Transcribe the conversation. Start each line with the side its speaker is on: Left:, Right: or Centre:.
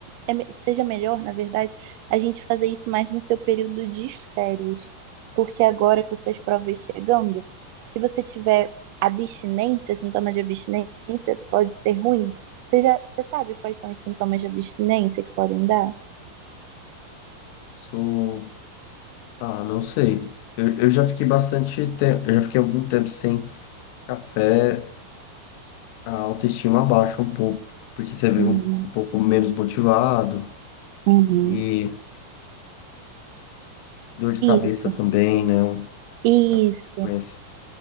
Right: é me- seja melhor, na verdade, a gente fazer isso mais no seu período de férias. Porque agora com suas provas chegando, se você tiver abstinência, sintoma de abstinência, pode ser ruim. Você já, você sabe quais são os sintomas de abstinência que podem dar?
Left: Sou. Ah, não sei. Eu, eu já fiquei bastante tempo, eu já fiquei algum tempo sem café, a autoestima abaixa um pouco, porque você vê
Right: Uhum,
Left: um, um pouco menos motivado
Right: uhum.
Left: e dor de cabeça
Right: Isso,
Left: também, né? um-
Right: isso.
Left: A consequência.